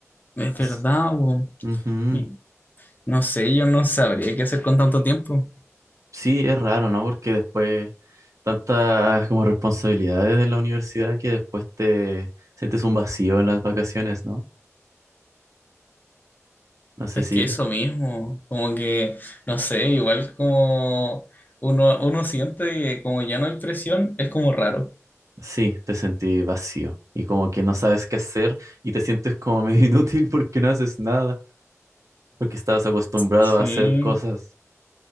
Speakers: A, on the left; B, on the right.
A: Es
B: Entonces,
A: verdad, bo.
B: ujú.
A: Y No sé, yo no sabría qué hacer con tanto tiempo.
B: Sí, es raro, ¿no? Porque después tantas como responsabilidades en la universidad que después te sientes un vacío en las vacaciones, ¿no? No sé
A: Es
B: si,
A: que eso mismo, como que, no sé, igual como uno, uno siente que como ya no hay presión, es como raro.
B: sí, te sentí vacío y como que no sabes qué hacer y te sientes como medio <laughs> inútil porque no haces nada. porque estabas acostumbrado
A: Sí.
B: a hacer cosas